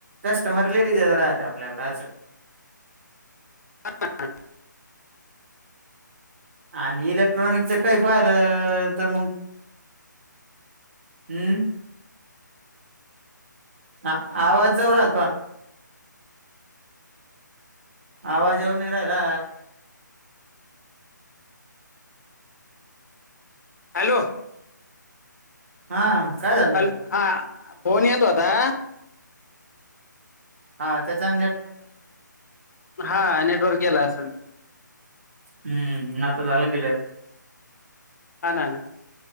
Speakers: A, on the right (about 40°); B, on the left (about 55°).
A: कस्टमर लेडीजच राहते आपल्याकडे असं.
B: ह
A: आणि इलेक्ट्रॉनिकच काही पाहिलं तर मग. हम्म ह आवाज जऊ आलत. आवाज येवन इरायला.
B: हॅलो!
A: हा काय झालत.
B: हॅलो हा फोन येतो आता.
A: हा त्याचा.
B: हा नेटवर्क गेला असेल.
A: हम्मता झाल कल.
B: हा ना ना